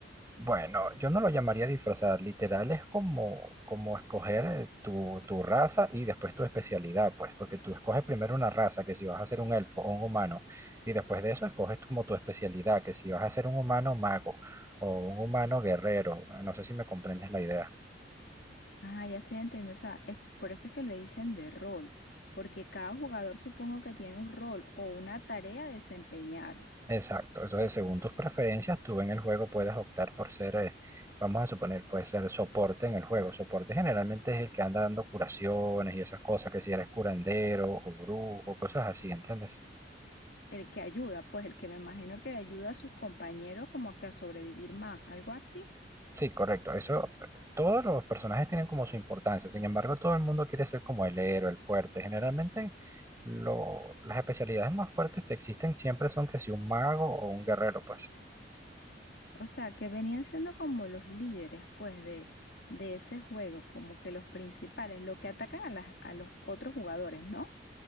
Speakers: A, on the right (about 15°); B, on the left (about 60°).
A: Bueno, yo no lo llamaría disfrazar, literal es como, como escoger eh, tu, tu raza y después tu especialidad, pues, porque tú escoges primero una raza, que si vas a ser un elfo o un humano, y después de eso escoges como tu especialidad, que si vas a ser un humano mago o un humano guerrero, no sé si me comprendes la idea.
B: Ah, ya estoy entendiendo, o sea, es, por eso es que le dicen de rol, porque cada jugador supongo que tiene un rol o una tarea a desempeñar.
A: Exacto, entonces según tus preferencias, tú en el juego puedes optar por ser, eh, vamos a suponer, puede ser soporte en el juego. Soporte generalmente es el que anda dando curaciones y esas cosas, que si eres curandero o brujo, cosas así, ¿entiendes?
B: El que ayuda, pues el que me imagino que ayuda a sus compañeros como que a sobrevivir más, algo así.
A: Sí, correcto, eso, eh, todos los personajes tienen como su importancia, sin embargo, todo el mundo quiere ser como el héroe, el fuerte. Generalmente, lo- las especialidades más fuertes que existen siempre son que si un mago o un guerrero, pues.
B: O sea, que venían siendo como los líderes, pues, de, de ese juego, como que los principales, los que atacan a, las, a los otros jugadores, ¿no?